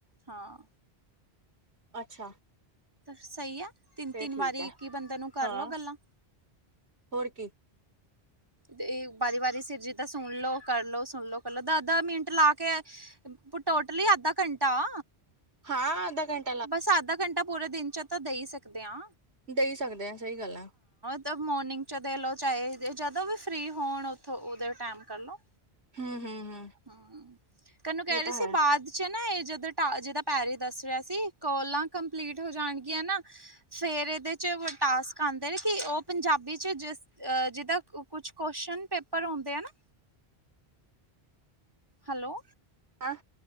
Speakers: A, on the right (about 20°); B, on the right (about 85°).
A: ਹਾਂ
B: ਅੱਛਾ।
A: ਸਹੀ ਏ। ਤਿੰਨ-ਤਿੰਨ
B: ਫੇਰ ਠੀਕ
A: ਵਾਰੀ
B: ਹੈ
A: ਇੱਕ ਈ ਬੰਦੇ ਨੂੰ ਕਰਲੋ
B: ਹਾਂ
A: ਗੱਲਾਂ।
B: ਹੋਰ ਕੀ
A: ਤੇ ਏ ਵਾਰੀ-ਵਾਰੀ ਫਿਰ ਜਿੱਦਾਂ ਸੁਣ ਲਓ ਕਰ ਲੋ ਸੁਣ ਲਓ ਪਹਿਲਾਂ ਦਸ-ਦਸ ਮਿੰਟ ਲਾ ਕੇ ਟੋਟਲੀ ਅੱਧਾ ਘੰਟਾ।
B: ਹਾਂ ਅੱਧਾ ਘੰਟ
A: ਬਸ ਅੱਧਾ ਘੰਟਾ ਪੂਰੇ ਦਿਨ ਚ ਤਾਂ ਦੇ ਈ ਸਕਦੇ ਆ।
B: ਦੇ ਈ ਸਕਦੇ ਆ ਸਈ ਗੱਲ ਆ।
A: ਜਿੱਦਾ ਮੋਰਨਿੰਗ ਚ ਦੇ ਲੋ ਚਾਹੇ ਜਦੋਂ ਵੀ ਫਰੀ ਹੋਣ ਉਥੋਂ ਉਹਦੋਂ ਟੈਮ ਕਰਲੋ।
B: ਹਮ ਹਮ ਹਮ
A: ਹੂੰ ਕਨੂੰ ਕਹਿ
B: ਇਹ
A: ਰਹੀ
B: ਤਾਂ
A: ਸੀ
B: ਹੈ
A: ਬਾਚ ਚ ਨਾ ਏ ਜਦ ਟ ਜਿਹਦਾ ਪੈਰੇ ਦੱਸ ਰਿਹਾ ਸੀ ਕੋਲਾਂ ਕੰਪਲੀਟ ਹੋ ਜਾਣਗੀਆਂ ਨਾ ਫਿਰ ਇਹਦੇ ਚ ਟਾਸਕ ਆਂਦੇ ਨੇ ਕਿ ਉਹ ਪੰਜਾਬੀ ਚ ਜਿਸ ਅ ਜਿੱਦਾਂ ਕੁਝ ਕੁਅਸ਼ਨ ਪੇਪਰ ਆਉਂਦੇ ਨਾ ਹੈਲੋ।
B: ਹਾਂ।